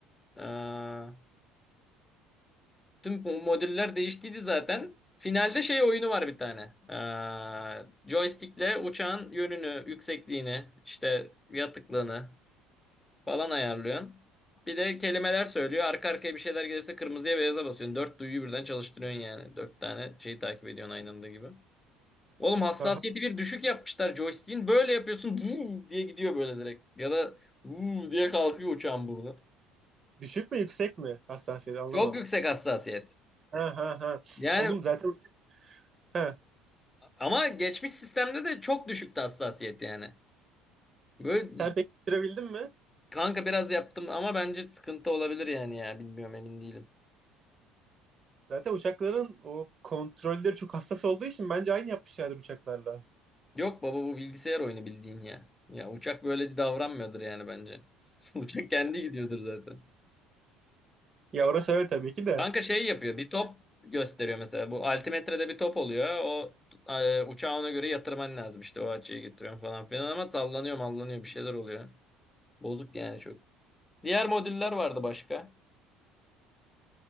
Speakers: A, on the left (about 20°); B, on the right (about 35°).
A: Aa, tüm bu modüller değiştiydi zaten. Finalde şey oyunu var bir tane. Aa, joystickle uçağın yönünü, yüksekliğini, işte yatıklığını falan ayarlıyorsun. Bir de kelimeler söylüyor. Arka arkaya bir şeyler gelirse kırmızıya beyaza basıyorsun. Dört duyuyu birden çalıştırıyorsun yani. Dört tane şeyi takip ediyorsun aynı anda gibi. Oğlum hassasiyeti
B: Aha.
A: bir düşük yapmışlar joystick'in. Böyle yapıyorsun "Vuu" diye gidiyor böyle direkt. Ya da "Vuu" diye kalkıyor uçağın burnu.
B: Düşük mü yüksek mi? Hassasiyet anlamadım.
A: Çok yüksek hassasiyet.
B: Ha ha ha.
A: Yani
B: Oğlum zaten ha.
A: ama geçmiş sistemde de çok düşüktü hassasiyet yani. Böyle
B: Sen peki bitirebildin mi?
A: kanka biraz yaptım ama bence sıkıntı olabilir yani ya. Bilmiyorum emin değilim.
B: Zaten uçakların o kontrolleri çok hassas olduğu için bence aynı yapmışlardır uçaklarla.
A: Yok baba bu bilgisayar oyunu bildiğin ya. Ya uçak böyle davranmıyordur yani bence. <laughs> Uçak kendi gidiyordur zaten.
B: Ya orası öyle tabii ki de.
A: Kanka şey yapıyor. Bir top gösteriyor mesela. Bu altimetrede bir top oluyor. O e, uçağı ona göre yatırman lazım. İşte o açıyı getiriyorum falan filan ama sallanıyor mallanıyor bir şeyler oluyor. Bozuk yani çok. Diğer modüller vardı başka.